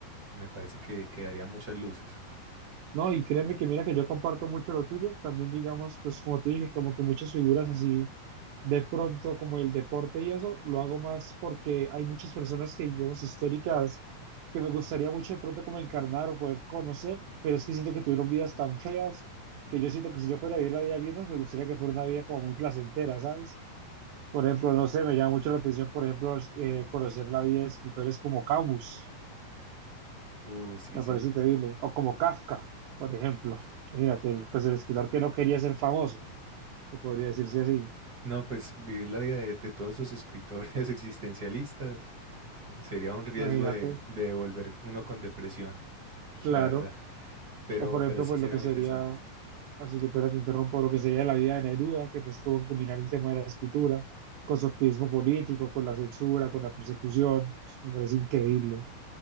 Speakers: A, on the right (about 55°); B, on the right (about 75°).
A: me parece que, que daría muchas luces.
B: No, y créeme que mira que yo comparto mucho lo tuyo. También digamos, pues como te dije, como que muchas figuras así. de pronto como el deporte y eso, lo hago más porque hay muchas personas que digamos históricas que me gustaría mucho de pronto como encarnar o poder conocer, pero es que siento que tuvieron vidas tan feas que yo siento que si yo fuera a vivir la vida de alguien más, me gustaría que fuera una vida como muy placentera, ¿sabes? Por ejemplo, no sé, me llama mucho la atención, por ejemplo, eh, conocer la vida de escritores como Camus,
A: Uh, sí,
B: me
A: sí.
B: parece increíble, o como Kafka, por ejemplo. Imagínate, el- pues el escritor que no quería ser famoso, que podría decirse así,
A: No, pues vivir la vida de, de todos esos escritores <laughs> existencialistas sería un riesgo
B: imagínate,
A: de, de devolver uno con depresión,
B: claro.
A: la verdad. Pero,
B: O por ejemplo,
A: pero sí
B: pues
A: sería
B: lo que
A: muy
B: sería,
A: interesante.
B: así que espera, te interrumpo, lo que sería la vida de Neruda, que pues tuvo que combinar el tema de la escritura con su activismo político, con la censura, con la persecución. Me parece increíble.